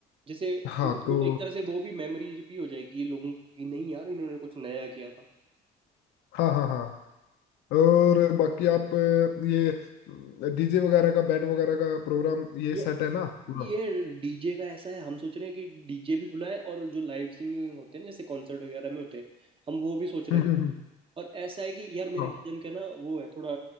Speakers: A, on the right; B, on the left.
A: जैसे
B: हाँ
A: फोटो बूथ
B: तो
A: एक तरह से वो भी मेमोरी भी हो जाएगी ये लोगों की नहीं यार इन्होंने कुछ नया किया था
B: हाँ हाँ हाँ और बाकी आप अ, ये डीजे वगैरह का बैंड वगैरह का प्रोग्राम ये
A: ये
B: सेट है ना पूरा
A: ये डीजे का ऐसा है हम सोच रहे हैं कि डीजे भी बुलाए और जो लाइव सिंगिंग होते हैं ना जैसे कॉन्सर्ट वगैरह में होते हैं हम वो भी सोच
B: <laughs>
A: रहे
B: हम्म हम्म
A: थे
B: हम्म।
A: और ऐसा है कि यार
B: हाँ
A: मेरे कजन का ना वो है थोड़ा